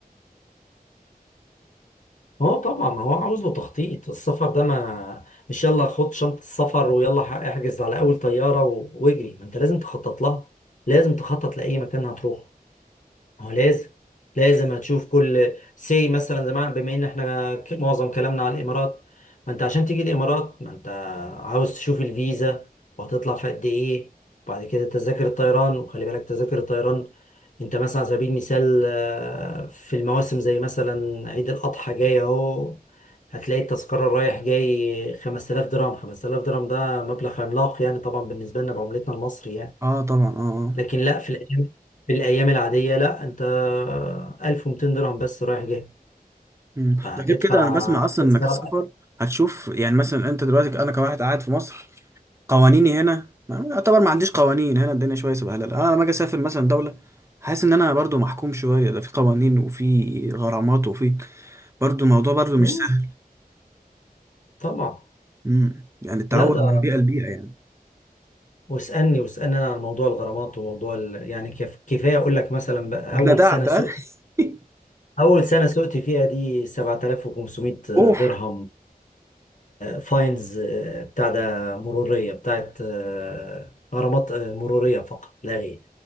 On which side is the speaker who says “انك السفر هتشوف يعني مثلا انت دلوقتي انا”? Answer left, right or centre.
Right